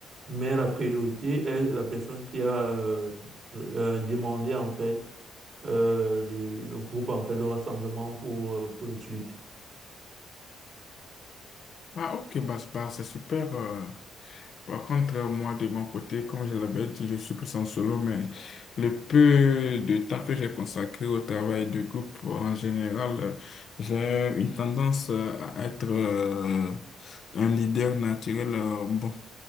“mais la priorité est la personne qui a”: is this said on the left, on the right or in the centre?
Right